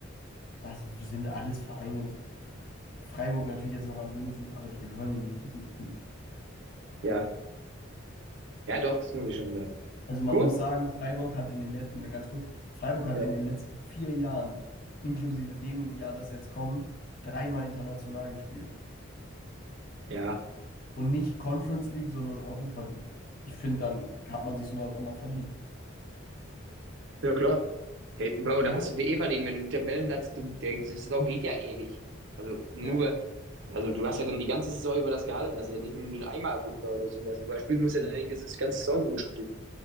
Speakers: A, on the left (about 45°); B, on the right (about 65°).
A: das sind alles Vereine. Freiburg natürlich jetzt noch am wenigsten, aber die gehören in die Champions League.
B: ja, ja, doch, das muss ich schon sagen.
A: Also man
B: Gut,
A: muss sagen, Freiburg hat in den letzten, ganz kurz, Freiburg hat
B: ja,
A: in den letzten vier Jahren, inklusive dem Jahr, das jetzt kommt, dreimal international gespielt.
B: ja,
A: Und nicht Conference League, sondern Europa League. Ich finde, dann hat man sich sowas auch mal verdient.
B: ja, klar. Hey, Bro,
A: Ne?
B: da hast du dir eh verdient. Wenn du den Tabellenplatz, du, der, die Saison geht ja ewig. Also nur,
A: Ja,
B: also
A: vollkommen
B: du
A: richtig.
B: hast ja dann die ganze Saison über das gehalten. Das ist ja nicht nur ein Einmalwunder oder sowas. Du spielst, musst ja
A: Ja,
B: dann eigentlich die ganze Saison gut spielen.